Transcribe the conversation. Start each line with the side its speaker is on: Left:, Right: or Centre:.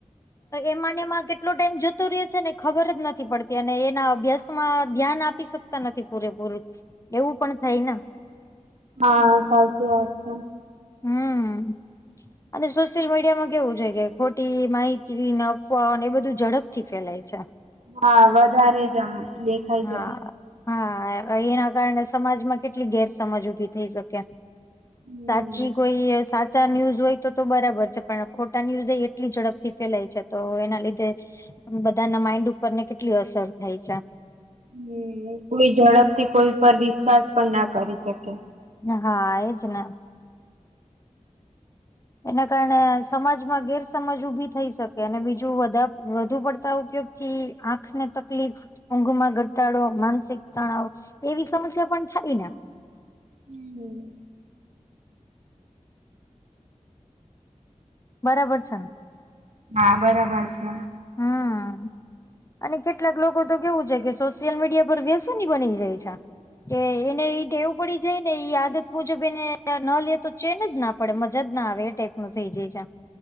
Left: એમાંને એમાં કેટલો ટાઈમ જતો રહ્યો છે ને ખબર જ નથી પડતી અને એના અભ્યાસ મા ધ્યાન આપી શકતા નથી પૂરેપૂરું એવું પણ થાય ન
Right: હા સાચી વાત છે.
Left: હમ. અને સોશિયલ મીડિયામાં કેવું છે કે ખોટી માહિતી ન અફવા બધું ઝડપ થી ફેલાય છે.
Right: હા વધારે જ આમ દેખાઈ
Left: હા
Right: જાય.
Left: હા એના કારણે સમાજમાં કેટલી ગેરસમજ ઉભી થઈ શકે.
Right: હમ.
Left: પછી કોઈ સાચા ન્યુઝ હોય. તો બરાબર છે પણ ખોટા ન્યુઝ એટલી ઝડપથી ફેલાય છે તો એના લીધે બધાના માઈન્ડ ઉપર ને કેટલી અસર થાય છે.
Right: હમ એડી ઝડપથી કોઈ પર વિશ્વાસ પણ ના કરી શકે
Left: હા એજ ને એના કારણે સમાજમાં ગેરસમાજ ઉભી થઈ શકે અને બીજું વધુ પડતા ઉપયોગ થી આંખને તકલીફ ઊંઘ માં ઘટાડો માનસિક તણાવ એવી સમસ્યા પણ થાય ને
Right: હમ.
Left: બરાબર છેને
Right: હા બરાબર છે
Left: હમ. અને કેટલાક લોકો તો કેવું છે કે સોશિયલ મીડિયા પર વ્યસની બની જાય છે. કે એને ઈ થેવું પડી જાય ને આદત મુજબ એને ન લે તો ચેન જ ના પડે મજાજ ના આવે એ ટાઈપ નું થઈ જાય છે.